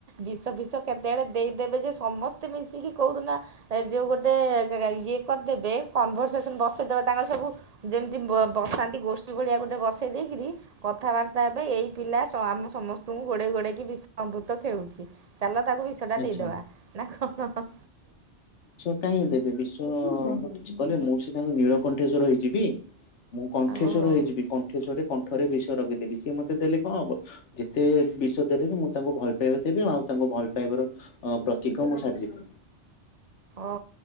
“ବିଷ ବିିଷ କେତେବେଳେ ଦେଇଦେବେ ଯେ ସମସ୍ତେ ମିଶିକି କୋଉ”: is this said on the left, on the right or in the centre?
Right